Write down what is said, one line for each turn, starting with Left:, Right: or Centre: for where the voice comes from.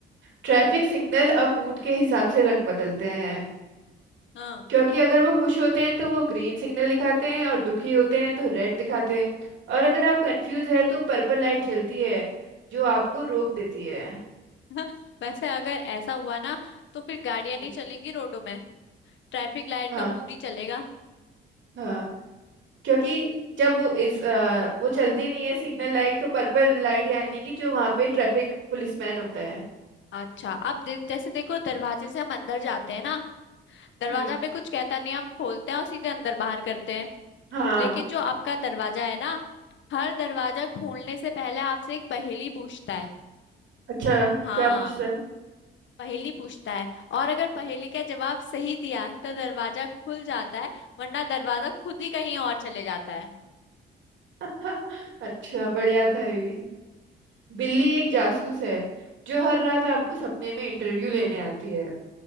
Right: ट्रैफिक सिग्नल अब मूड के हिसाब से रंग बदलते हैं
Left: हाँ
Right: क्योंकि अगर वो खुश होते हैं तो वो ग्रीन सिग्नल दिखाते हैं और दुखी होते हैं तो रेड दिखाते हैं और अगर आप कंफ्यूज है तो पर्पल लाइट जलती है जो आपको रोक देती है
Left: <laughs> वैसे अगर ऐसा हुआ ना तो फिर गाड़ियां
Right: हम्म
Left: नहीं चलेंगी रोडों में ट्रैफिक लाइट
Right: हाँ
Left: का मूड ही चलेगा
Right: हाँ क्योंकि जब वो इस अ, वो चलती नहीं है सिग्नल लाइट तो पर्पल लाइट यानी कि जो वहाँ पे ट्रैफिक पुलिसमैन होता है
Left: अच्छा अब दे, जैसे देखो दरवाजे से हम अंदर जाते हैं ना दरवाजा
Right: हम्म
Left: हमें कुछ कहता नहीं हम खोलते हैं और सीधे अंदर बाहर करते हैं
Right: हाँ
Left: लेकिन जो आपका दरवाजा है ना हर दरवाजा खोलने से पहले आपसे एक पहेली पूछता है
Right: अच्छा
Left: हाँ
Right: क्या पूछता है
Left: पहेली पूछता है और अगर पहेली का जवाब सही दिया तो दरवाजा खुल जाता है वरना दरवाजा खुद ही कहीं और चले जाता है
Right: <laughs> अच्छा बढ़िया था ये भी बिल्ली एक जासूस है जो हर रात आपको सपने में इंटरव्यू लेने आती है